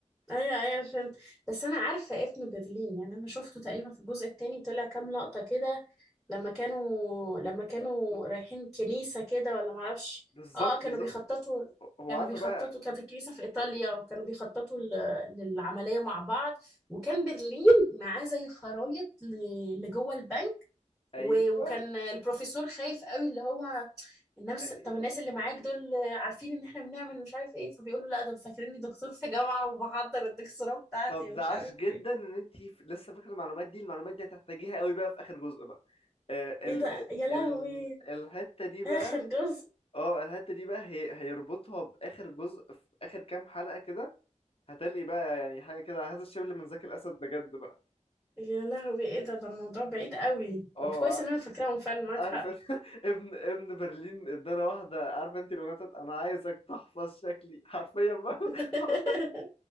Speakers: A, in the centre; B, on the left.
A: ايوه ايوه فهمت بس انا عارفة ابن برلين يعني انا شفته تقريبا في الجزء التاني طلع كام لقطة كده لما كانوا لما كانوا
B: آه،
A: رايحين كنيسة كده ولا معرفش
B: بالظبط
A: اه كانوا
B: بالظبط
A: بيخططوا
B: هو
A: كانوا
B: عارفه
A: بيخططوا
B: بقى
A: كانت الكنيسة في إيطاليا وكانوا بيخططوا ل- للعملية مع بعض وكان برلين معاه زي خرايط ل- لجوه البنك
B: ايوه
A: و- وكان البروفيسور خايف قوي اللي هو الناس
B: ايوه
A: طب الناس اللي معاك دول عارفين ان احنا بنعمل مش عارف ايه فبيقولوا لا دول فاكريني دكتور في جامعة وبحضر الدكتوراه بتاعتي
B: طب
A: ومش
B: ده عاش
A: عارف
B: جدا
A: ايه
B: ان انت لسه فاكره المعلومات دي المعلومات دي هتحتاجيها قوي بقى في اخر جزء بقى آه، ال
A: ايه ده
B: ال
A: يا لهوي
B: ال الحته دي بقى
A: اخر جزء
B: اه الحته دي بقى هي هيربطها باخر جزء في اخر كام حلقه كده هتلاقي بقى يعني حاجه كده هذا الشبل من ذاك الاسد بجد بقى
A: يا لهوي ايه ده ده الموضوع بعيد قوي
B: اه
A: طب كويس ان انا فاكراهم فعلا معاك
B: عارف
A: حق
B: انت؟ <laughs> ابن ابن برلين ادانا واحده عارف انت الاغنيه بتاعت انا عايزك تحفظ شكلي حرفيا بقى
A: <laughs>
B: <laughs>